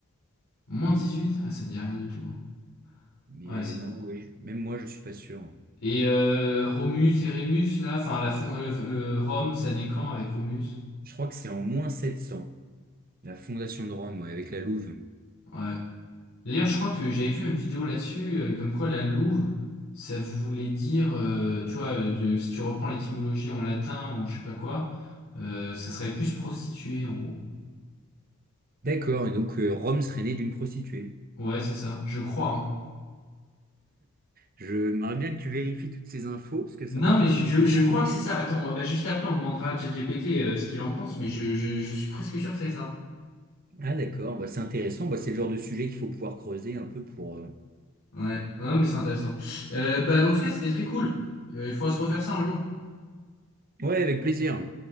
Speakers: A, on the left (about 70°); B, on the right (about 40°).
A: Moins 18? Ah, ça me dit rien du tout.
B: Mais
A: Ouais, c'est
B: non, oui, je- même moi, je suis pas sûr.
A: Et euh, Romulus et Rémus, là, enfin, la fond, euh, euh, Rome, ça naît quand avec Romulus?
B: Je crois que c'est en moins 700 la fondation de Rome, ouais, avec la Louve.
A: Ouais. D'ailleurs, je crois que j'avais vu une vidéo là-dessus, euh, comme quoi la louve, ça voulait dire, euh, tu vois, euh, de, si tu reprends l'étymologie en latin ou en je sais pas quoi, euh, ça serait plus prostituée, en gros.
B: D'accord, et donc euh, Rome serait née d'une prostituée.
A: Ouais, c'est ça, je crois, hein.
B: Je m'aimerais bien que tu vérifies toutes ces infos, parce que ça
A: Non,
B: m'intéresse
A: mais je, je- je
B: beaucoup.
A: crois que c'est ça. Attends, bah, juste après, on demandera à ChatGPT euh, ce qu'il en pense, mais je, je- je suis presque sûr que c'est ça.
B: Ah d'accord, bah, c'est intéressant, bah, c'est le genre de sujet qu'il faut pouvoir creuser un peu pour... euh,
A: Ouais, non, mais c'est intéressant. Euh, bah, en tout cas, c'était très cool. Euh, il faudra se refaire ça un jour.
B: Ouais, avec plaisir.